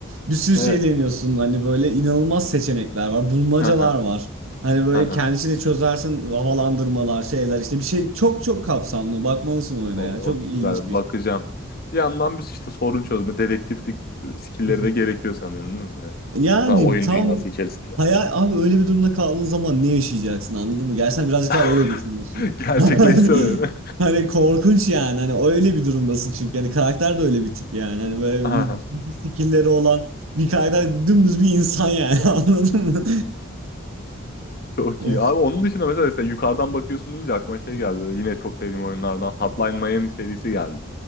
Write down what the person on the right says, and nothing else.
Bir sürü
şey deniyorsun. Hani böyle inanılmaz seçenekler var. Bulmacalar
var. Hani böyle
kendisini çözersin havalandırmalar şeyler işte bir şey çok çok kapsamlı. Bakmalısın oyuna
ya. Çok ilginç
bir
iş.
<laughs>
Yani
tam
hayal abi öyle bir durumda kaldığın zaman ne yaşayacaksın anladın mı? Gerçekten birazcık
daha öyle düşünüyorsun.
<laughs>
Hani hani korkunç yani hani öyle bir durumdasın çünkü hani karakter de öyle bir tip yani hani böyle
bir- bir bir skillleri olan bir karakter dümdüz bir insan yani <laughs> anladın mı?
<laughs>
Of.